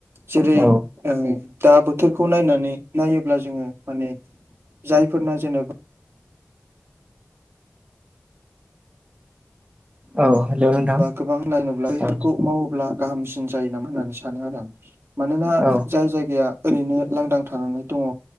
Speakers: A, on the right; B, on the right.
A: जेरै
B: औ
A: ओ दा बोथोरखौ नायनानै नायोब्ला जोङो माने जायफोरना जेनेब
B: औ हेलौ नोंथां।
A: <unintelligible> बा‌ गोबां‌ नियनोबा‌ बैफोरखौ‌
B: औ
A: मावोबा गाहामसिन जायो नामा होननानै सानो आरो आं मानोना
B: औ
A: जाय जायगाया। ओरैनो लांदां थानानै दङ